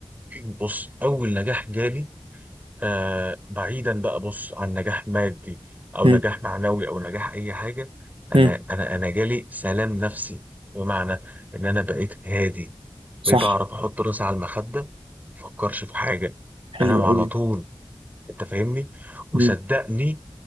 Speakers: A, on the right; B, on the right.
A: بص اول نجاح جالي آه بعيدا بقى بص عن نجاح مادي او
B: مم.
A: نجاح معنوي او نجاح اي حاجه انا
B: مم.
A: انا انا جالي سلام نفسي بمعنى ان انا بقيت هادي بقيت
B: صح
A: اعرف احط راسي على المخده ما افكرش في حاجه
B: حلو
A: انام على
B: قوي
A: طول انت فاهمني وصدقني
B: مم.